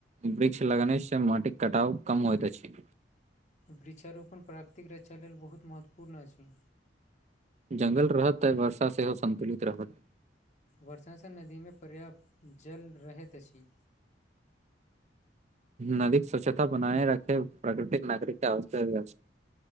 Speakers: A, on the right; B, on the left.
A: वृक्ष लगेने से माटिक कटाव कम होइत अछि
B: वृक्षारोपण प्राकृतिक रक्षा लेल बहुत महत्वपूर्ण अछि
A: जंगल रहत त वर्षा सेहो सन्तुलित रहत
B: वर्षा सँ नदी में पर्याप्त जल रहैत अछि
A: नदीक स्वच्छता बनाय राखेब प्राकृतिक नागरिकता <unintelligible> अछि